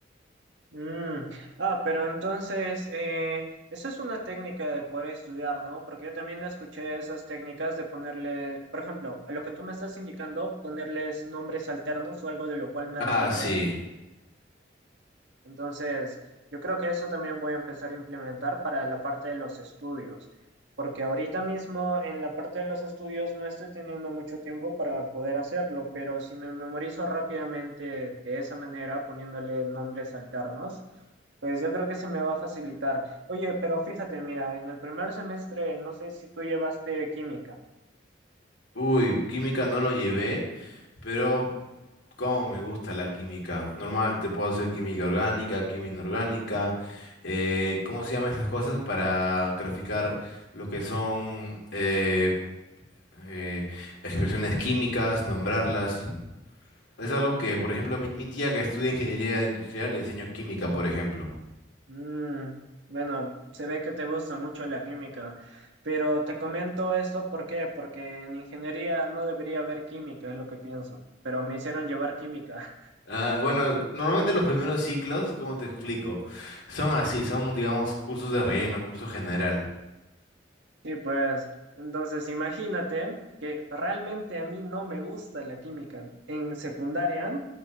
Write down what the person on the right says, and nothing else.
mm. Ah, pero entonces, eh, esa es una técnica de poder estudiar, ¿no? Porque yo también escuché esas técnicas de ponerle, por ejemplo, a lo que tú me estás indicando, ponerles nombres alternos o algo de lo cual me
recuerde.
a Entonces, yo creo que eso también voy a empezar a implementar para la parte de los estudios, porque ahorita mismo en la parte de los estudios no estoy teniendo mucho tiempo para poder hacerlo, pero si me memorizo rápidamente de esa manera, poniéndole nombres alternos, pues yo creo que se me va a facilitar. Oye, pero fíjate, mira, en el primer semestre, no sé si tú llevaste química.
Mm, bueno, se ve que te gusta mucho la química, pero te comento esto ¿por qué? Porque en ingeniería no debería haber química, es lo que pienso, pero me hicieron llevar química. <laughs>
Sí, pues, entonces imagínate que realmente a mí no me gusta la química. En secundaria